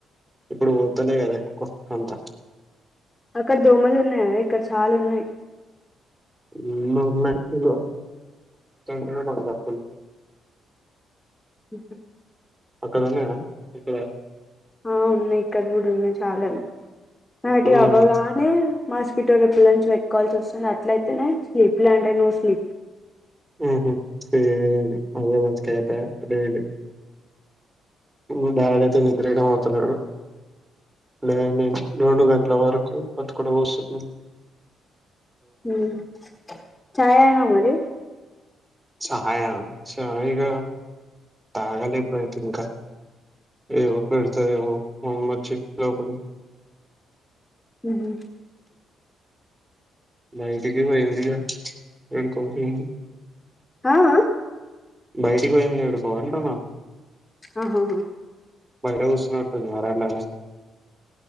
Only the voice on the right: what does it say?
ఇప్పుడు పోతనే కదా క్కువ అంతా
ఎన్నో ఉన్నాయి ఇక్కడ చూడలే <unintelligible>
అక్కడ ఉన్నాయా ఇక్కడ
ఉమ్
ఉహూ సేమ్ అదే బతుకు అయిపోయాయ <unintelligible> ఉమ్ డాడ్ అయితే నిద్రైనా పోతలేడు లే నేను రెండు గంటల వరకు అక్కడ కుసుంటున్న
ఛాయా చాయ్ ఇగ తాగలే ఇప్పుడు అయి తే ఇంకా ఏమో పెడతాదేమో మా అమ్మ వచ్చి లోపలి
బయటికి పోయిందిగా ఏడికో పోయింది
బయటికి పోయింది ఏడికో అంటున్నా
బయట కూర్చున్నట్టుంది వరండాలో